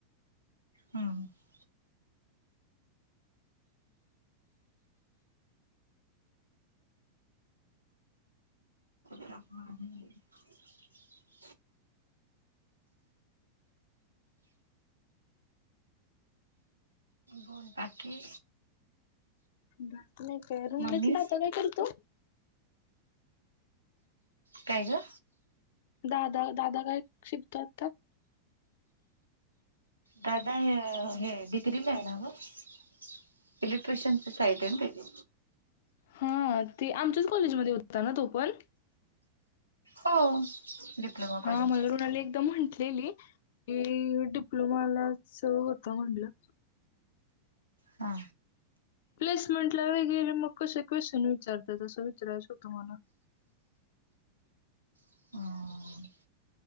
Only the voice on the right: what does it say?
हम्म हा. बोल बाकी
मम्मी
काय गं.
दादा हे डिग्रीला आहे ना मग इलेक्ट्रिशनचं साईट आहे ना त्याजी
हो. डिप्लोमा कॉलेज
हा
हम्म